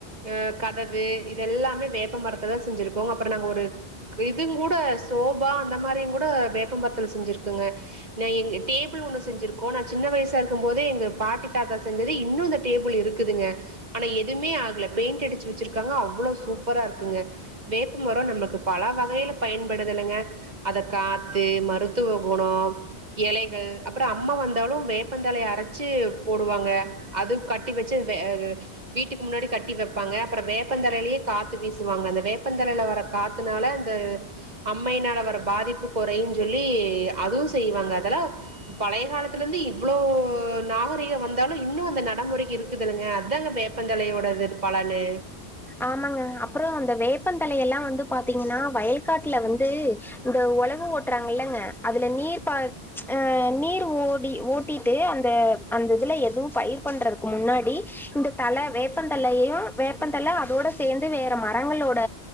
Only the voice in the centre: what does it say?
ஆமாங்க அப்புறோ அந்த வேப்பந்தலைய எல்லா வந்து பாத்தீங்கன்னா வயக் காட்டுல வந்து இந்த ஒழவு ஓட்டுறாங்கல்லங்க அதுல நீர் பாச் அஹ் நீர் ஓடி ஓட்டிட்டு அந்த அந்த இதுல எதுவு பயிர் பண்றதுக்கு முன்னாடி இந்த தல வேப்பந்தலையயு வேப்பந் ல அதோட சேந்து வேற மரங்களோட